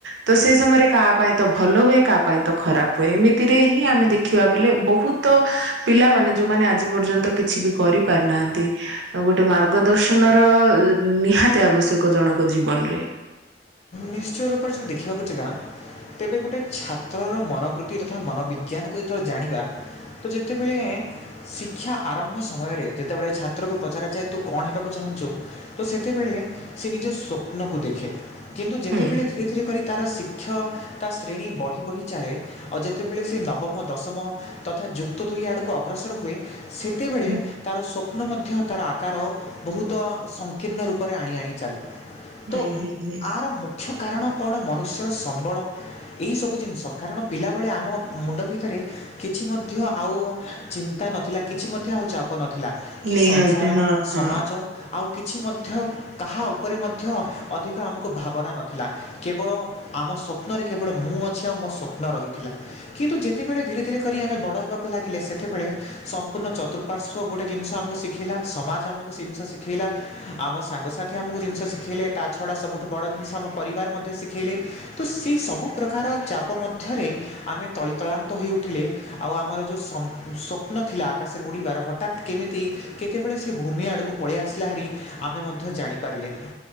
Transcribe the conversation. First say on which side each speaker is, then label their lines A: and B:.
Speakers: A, on the right; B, on the left.
A: ତ ସେ ସମୟରେ କାହା ପାଇଁ ତ ଭଲ ହୁଏ କାହା ପାଇଁ ତ ଖରାପ ହୁଏ ଏମିତିରେ ହିଁ ଆମେ ଦେଖିବା ବଲେ ବହୁତ ତ ପିଲାମାନେ ଯୋଉମାନେ ଆଜି ପର୍ଯ୍ୟନ୍ତ କିଛି ବି କରି ପାରନାହାନ୍ତି ଗୋଟେ ମାର୍ଗଦର୍ଶନ ର ନିହାତି ଆବଶ୍ୟକ ଜଣଙ୍କ ଜୀବନରେ
B: ନିଶ୍ଚୟ ରୂପରେ ଯଦି ଦେଖିବାକୁ ଯିବା ତେବେ ଗୋଟେ ଛାତ୍ରର ମନୋବୃତ୍ତି ତଥା ମନୋବିଜ୍ଞାନକୁ ଯେତେବେଳେ ଜାଣିବା ତ ଯେତେବେଳେ ଶିକ୍ଷା ଆରମ୍ଭ ସମୟରେ ଯେତେବେଳେ ଛାତ୍ରକୁ ପଚାରାଯାଏ ତୁ କଣ ହେବାକୁ ଚାହୁଁଛୁ ତ ସେତେବେଳେ ସେ ନିଜ ସ୍ୱପ୍ନକୁ ଦେଖେ କିନ୍ତୁ ଯେତେବେଳେ
A: ହୁଁ
B: ସେଥିରେ କରି ତାର ଶିକ୍ଷ ତା ଶ୍ରେଣୀ ବଢ଼ି ବଢ଼ି ଚାରେ ଆଉ ଯେତେବେଳେ ସେ ନବମ ଦଶମ ତଥା ଯୁକ୍ତ ଦୁଇ ଆଡ଼କୁ ଅଗ୍ରସର ହୁଏ ସେତେବଳେ
A: ହୁଁ
B: ତାର ସ୍ୱ ସ୍ୱପ୍ନ ମଧ୍ୟ ତାର ଆକାର ବହୁତ ସଂକୀର୍ଣ୍ଣ ରୂପରେ ଆଣି ଆଣି ଚାଲେ
A: ହୁଁ
B: ତ
A: ହୁଁ ହୁଁ
B: ଆର ମୁଖ୍ୟ କାରଣ କଣ ମନୁଷ୍ୟର ସମ୍ବଳ ଏହିସବୁ ଜିନିଷ କାରଣ ପିଲାବେଳେ ଆମ ମୁଣ୍ଡ ଭିତରେ କିଛି ମଧ୍ୟ ଆଉ ଚିନ୍ତା ନଥିଲା କିଛି ମଧ୍ୟ ଆଉ ଚାପ ନଥିଲା କି
A: ନିହାତି
B: ସଂସାର
A: ହଁ ହଁ
B: ସମାଜ ଆଉ କିଛି ମଧ୍ୟ କାହା ଉପରେ ମଧ୍ୟ ଅଧିକ ତ ଆମକୁ ଭାବନା ନଥିଲା କେବଳ ଆମ ସ୍ୱପ୍ନରେ କେବଳ ମୁଁ ଅଛି ଆଉ ମୋ ସ୍ୱପ୍ନ ରହିଥିଲା କିନ୍ତୁ ଯେତେବେଳେ ଧୀରେ ଧୀରେ କରି ଆମେ ବଡ ହେବାକୁ ଲାଗିଲେ ସେତେବେଳେ ସମ୍ପୂର୍ଣ୍ଣ ଚତୁର୍ପାର୍ଶ୍ୱ ଗୋଟେ ଜିନିଷ ଆମକୁ ଶିଖେଇଲା ସମାଜ ଆମକୁ ସେ ଜିନିଷ ଶିଖେଇଲା ଆମ ସାଙ୍ଗସାଥି ଆମକୁ ଜିନିଷ ଶିଖେଇଲେ ତା ଛଡ଼ା ସବୁଠୁ ବଡ଼ ଜିନିଷ ଆମ ପରିବାର ମଧ୍ୟ ଶିଖେଇଲେ ତ ସେଇ ସବୁ ପ୍ରକାର ଚାପ ମଧ୍ୟରେ ଆମେ ତଳିତଳାନ୍ତ ହୋଇ ଉଠିଲେ ଆଉ ଆମର ଯୋଉ ସମ ସ୍ୱପ୍ନ ଥିଲା ଆକାଶରେ ଉୁଡ଼ିବାର ହଠ ହଠାତ୍ କେମିତି କେତେବେଳେ ସେ ଭୂମି ଆଡ଼କୁ ପଳେଇ ଆସିଲା ହାରି ଆମେ ମଧ୍ୟ ଜାଣିପାରିଲେନି